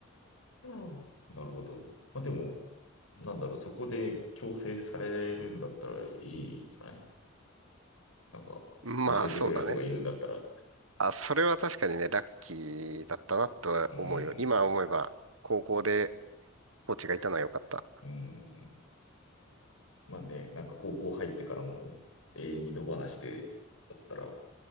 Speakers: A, on the left (about 80°); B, on the right (about 80°).
A: うん。なるほど。まあ、でも、なんだろう、そこで強制されるんだったらいいんじゃないなんか、
B: な。まあ、
A: 教えてくれる人がいるんだったら。
B: そうだね。あ、それは確かにね、ラッキーだったなと思うよ。
A: うん、
B: 今思えば、高校でコーチがいたのは良かった。
A: うん。まあね、なんか高校入ってからも永遠に野放しで、だったら、